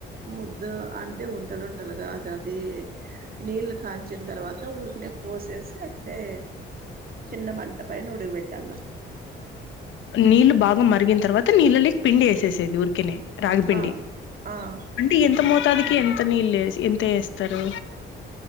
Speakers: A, on the right (about 50°); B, on the left (about 75°).
A: ముద్ద అంటే ఉంటలుంటలు కాదు అది నీళ్ళు కాంచిన తర్వాత ఊరికినే పోసేసి అట్లే చిన్న మంట పైన ఉడకబెట్టల
B: నీళ్ళు బాగా మరిగిన తర్వాత నీళ్ళకి పిండి వేసేసేది ఉరికినే రాగిపిండి
A: ఆ ఆ
B: అంటే
A: కుప్పు
B: ఎంత
A: కుప్పు
B: మోతాదికి ఎంత నీళ్ళు ఎంత వేస్తారు